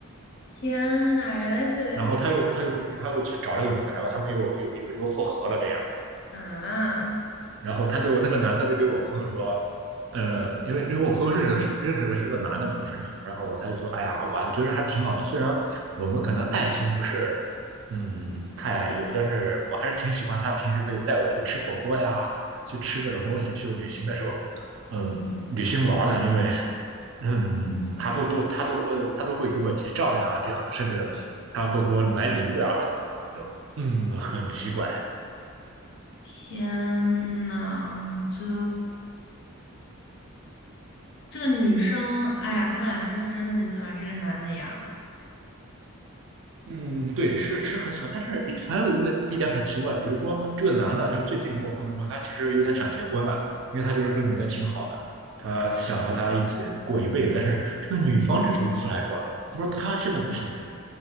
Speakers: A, on the left (about 50°); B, on the right (about 55°).
A: 天呐，原来是
B: 然后他又他又他又去找这个女的，然后他们又又又又复合了这样，
A: 啊，
B: 然后他就那个男的就给我朋友说，呃，因为因为我朋友认识的是认识的是个男的嘛，不是女的，然后他就说，哎呀，我觉得还挺好的，虽然我们可能爱情不是嗯太有，但是我还是挺喜欢他平时可以带我去吃火锅呀，去吃各种东西，去旅行的时候，嗯，旅行玩儿的，因为嗯，他都都他都呃他都会给我结账呀，这样的，甚至他会给我买礼物呀，乱七八糟的，就嗯很奇怪。
A: 天呐，这这个女生，哎呀，看来她是真的很喜欢这个男的呀。
B: 嗯，对，是是很奇怪。但是还有一个一点很奇怪，比如说这个男的，就是最近跟我朋友说，他其实有点想结婚了，因为他就是个女的挺好的，他想和她一起过一辈子，但是这个女方这时候出来说了，他说他现在不想结婚，